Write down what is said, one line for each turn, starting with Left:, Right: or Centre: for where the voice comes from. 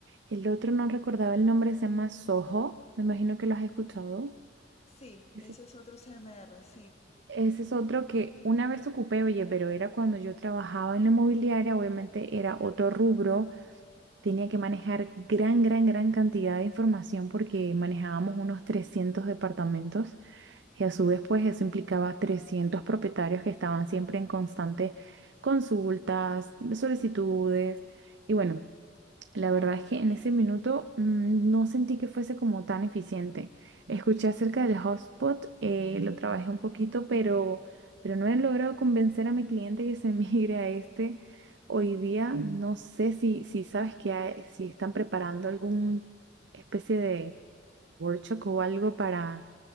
Right: el otro no recordaba el nombre, se llama Soho, me imagino que lo has escuchado.
Left: Sí,
Right: Ese
Left: ese es otro C M R, sí,
Right: ese es otro que una vez ocupé, oye, pero era cuando yo trabajaba en la inmobiliaria, obviamente era otro rubro, Tenía que manejar gran, gran, gran cantidad de información porque manejábamos unos 300 departamentos y a su vez pues eso implicaba 300 propietarios que estaban siempre en constante consultas, solicitudes y bueno, la verdad es que en ese minuto mm, no sentí que fuese como tan eficiente. Escuché acerca del hotspot, eh, lo trabajé un poquito, pero, pero no he logrado convencer a mi cliente que se <laughs> migre a este. Hoy día no sé si, si sabes que hay- si están preparando alguna especie de workshop o algo para,